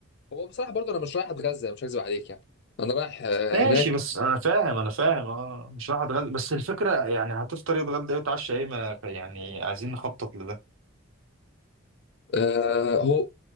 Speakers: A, on the left (about 55°); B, on the right (about 70°).
A: هو بصراحه برضه انا مش رايح اتغذى مش هكذب عليك يعني انا رايح آه،
B: ماشي
A: هناك
B: بس انا فاهم انا فاهم اه مش راح اتغدى بس الفكره يعني هتفطر ايه اتغدى ايه وتعشى ايه ما يعني عايزين نخطط لده
A: آه، هو